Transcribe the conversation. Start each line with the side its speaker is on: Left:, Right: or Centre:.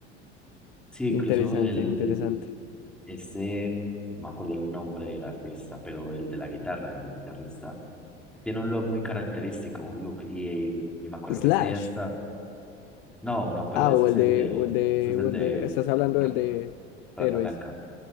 Centre: Sí,
Left: Interesante,
Centre: incluso el,
Left: interesante.
Centre: ese, no me acuerdo el nombre del artista, pero el de la guitarra, el guitarrista, tiene un look muy característico, un look, y, y me acuerdo
Left: Slash.
Centre: que ese día está, no, no, pero
Left: Ah,
Centre: ese
Left: o
Centre: es
Left: el
Centre: el
Left: de,
Centre: de,
Left: o el de,
Centre: ese es
Left: o
Centre: el
Left: el
Centre: de
Left: de, estás hablando
Centre: R-
Left: del de
Centre: Rata
Left: Héroes.
Centre: Blanca,